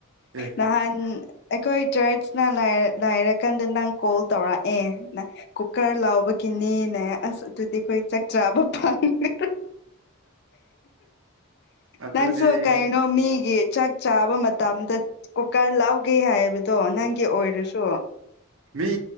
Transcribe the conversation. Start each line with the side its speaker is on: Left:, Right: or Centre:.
Right: ꯑꯦ
Left: ꯅꯍꯥꯟ ꯑꯩꯈꯣꯏ ꯆꯔꯠꯁ ꯇꯥ ꯂꯩꯔꯛꯀꯥꯟꯗ ꯅꯪ ꯀꯣꯜ ꯇꯧꯔꯛꯑꯦ ꯀꯨꯀꯔ ꯂꯧꯕꯒꯤꯅꯤꯅꯦ ꯑꯁ ꯑꯗꯨꯗꯤ ꯑꯩꯈꯣꯏ ꯆꯥꯛ ꯆꯥꯕ ꯐꯥꯉꯥꯔꫭꯏ
Right: ꯑꯗꯨꯗꯤ
Left: ꯅꯪꯁꯨ ꯀꯩꯅꯣ ꯃꯤꯒꯤ ꯆꯥꯛ ꯆꯥꯕ ꯃꯇꯝꯗ ꯀꯨꯀꯔ ꯂꯥꯎꯒꯦ ꯍꯥꯏꯕꯗꯣ ꯅꯪꯒꯤ ꯑꯣꯏꯔꯁꯨ
Right: ꯃꯤ